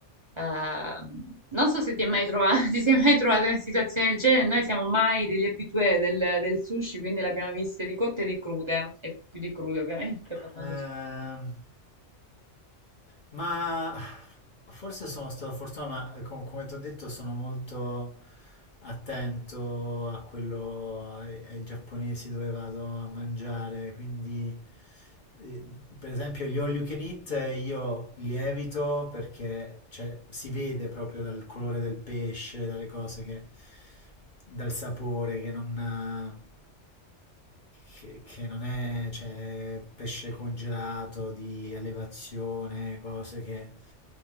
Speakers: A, on the right; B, on the left.
A: Ehm, non so se ti è mai trovato, <laughs> ti sei mai trovato in una situazione del genere, noi siamo mai degli abitué del, del sushi, quindi l'abbiamo viste di cotte e di crude, e più di crude ovviamente <laughs> parlando
B: Ehm,
A: di sushi.
B: ma forse sono stato fortunato, ma eh, com- come ti ho detto sono molto attento a quello, ai, ai giapponesi dove vado a mangiare, quindi eh, per esempio gli all you can eat eh, io li evito perché cioè, si vede proprio dal colore del pesce, dalle cose che, dal sapore che non... eh, che, che non è, cioè, pesce congelato di allevazione, cose che...